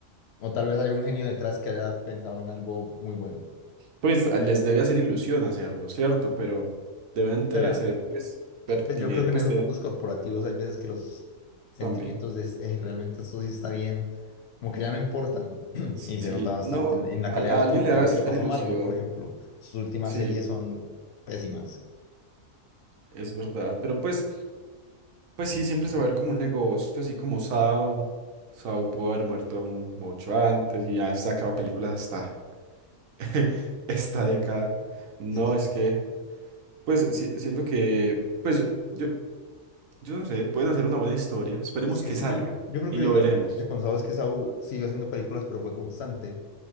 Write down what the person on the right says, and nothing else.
Pues a- les debe hacer ilusión hacerlo, ¿cierto? Pero deben te-
ser pues pertinentes,
pues
deben
también.
Sí,
no,
a,
a
alguien
le debe
hacer
ilusión,
sí,
es verdad. Pero pues, pues sí, siempre se va a ver como un negocio, así como Saw. Saw pudo haber muerto un- mucho antes y ya está acaba películas hasta <laughs> esta década. No,
es que, pues sí, siento que, pues yo, yo no sé, pueden hacer una buena historia. Esperemos
que
salga
y
lo
veremos.